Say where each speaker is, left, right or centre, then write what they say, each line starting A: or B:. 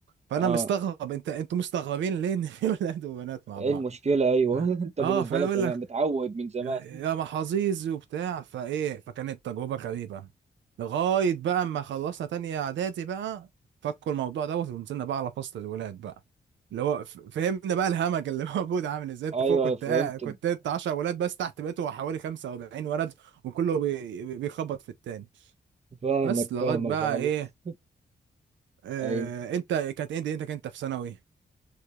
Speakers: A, on the right; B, on the right.
A: فانا
B: اه
A: مستغرب انت انتوا مستغربين ليه ان في <laughs> ولاد وبنات مع
B: ايه
A: بعض
B: المشكله ايوه
A: ف...
B: <laughs> انت بالنسبه
A: اه فيقول
B: لك انا
A: لك
B: متعود من زمان
A: يا يا محظوظ وبتاع فايه فكانت تجربه غريبه لغايه بقى ما خلصنا تانية اعدادي بقى فكوا الموضوع دوت ونزلنا بقى على فصل الولاد بقى اللي هو ف- فهمنا بقى الهمج اللي <laughs> موجود عامل ازاي انت
B: ايوه
A: فوق كنت
B: فهمت
A: قاعد- كنت انت 10 ولاد بس تحت بقيتوا حوالي 45 ولد وكله بي... بي- بيخبط في التاني
B: فاهمك
A: بس لغايه
B: فاهمك
A: بقى
B: خالص
A: ايه آه...
B: ايوه
A: انت كانت ايه دنيتك انت كنت في ثانوي؟